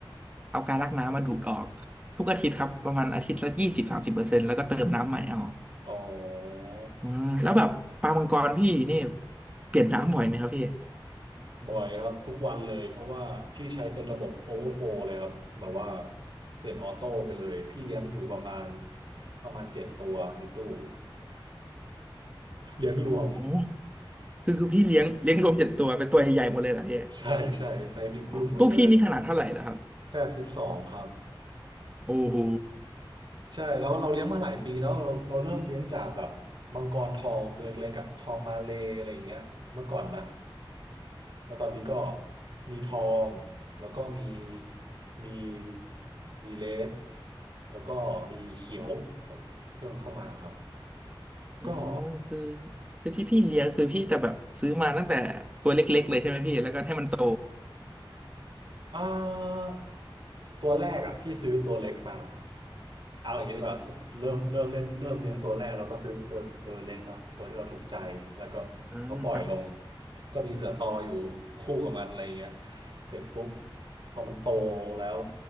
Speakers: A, on the right; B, on the right.
A: เอากาลักน้ำมาดูดออกทุกอาทิตย์ครับประมาณอาทิตย์ละยี่สิบสามสิบเปอร์เซ็นต์แล้วก็เติมน้ำใหม่เอา
B: อ๋อ
A: อืมแล้วแบบปลามังกรพี่นี่เปลี่ยนน้ำบ่อยไหมครับพี่
B: บ่อยครับทุกวันเลยเพราะว่าพี่ใช้เป็นระบบ Overflow เลยครับแบบว่าเปลี่ยนออโต้ไปเลยพี่เลี้ยงอยู่ประมาณประมาณเจ็ดตัวในตู้เลี้ยงรวม
A: โอ้คือคือพี่เลี้ยงเลี้ยงรวมเจ็ดตัวเป็นตัวใหญ่ๆหมดเลยเหรอพี่
B: <laughs> ใช่ใช่ไซส์บิ๊กบึ้มหมดเลย
A: อ๋อตู้พี่นี่ขนาดเท่าไหร่แล้วครับ
B: แปดสิบสองครับ
A: โอ้โห
B: ใช่แล้วเราเลี้ยงมาหลายปีแล้วเราเราเริ่มเลี้ยงจากแบบมังกรทองตัวเล็กๆอะทองมาเลย์อะไรอย่างเงี้ยเมื่อก่อนนะแล้วตอนนี้ก็มีทองแล้วก็มีมีมีเลดแล้วก็มีเขียวเพิ่มเข้ามาครับ
A: โอ้
B: ก็
A: คือคือที่พี่เลี้ยงคือพี่จะแบบซื้อมาตั้งแต่ตัวเล็กๆเลยใช่ไหมพี่แล้วก็ให้มันโต
B: อ่าตัวแรกอ่ะพี่ซื้อตัวเล็กมาเอาอย่างนี้ดีกว่าเริ่มเริ่มเล่นเริ่มเลี้ยงตัวแรกเราก็ซื้อตัวตัวเล็กเนาะตัวที่เราถูกใจแล้วก็เราปล่อยลง
A: อ่าครับ
B: ก็มีเสือตออยู่คู่กับมันอะไรอย่างเงี้ยเสร็จปุ๊บพอมันโตแล้ว